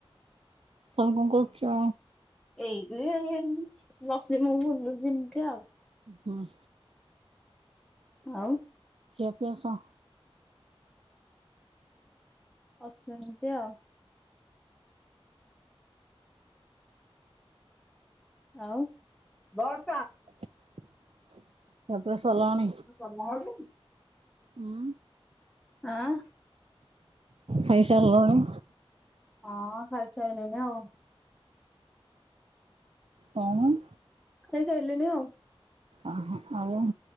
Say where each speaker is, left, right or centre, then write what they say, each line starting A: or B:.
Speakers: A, on the right; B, in the centre.
A: ଆଉ କଁ କରୁଚ?
B: ଏଇ କିରେ ବସି ମୁଁ ବୁଲୁଛି ଯେମିତି ଆଉ।
A: ହଁ
B: ଆଉ
A: ଖିଆ ପିଆ ସ
B: ଅଛି ଏମିତି ଆଉ। ଆଉ ବଡ୍
A: ଖିଆ ପିଆ ସରିଲାଣି?
B: <unintelligible>
A: ଉଁ
B: ଆଁ
A: ଖାଇସାରିଲଣି।
B: ହଁ ଖାଇ ସାଇଲିଣି ଆଉ।
A: କଣ?
B: ଖାଇ ସାଇଲିଣି ଆଉ।
A: ଆଁହ ଆଉ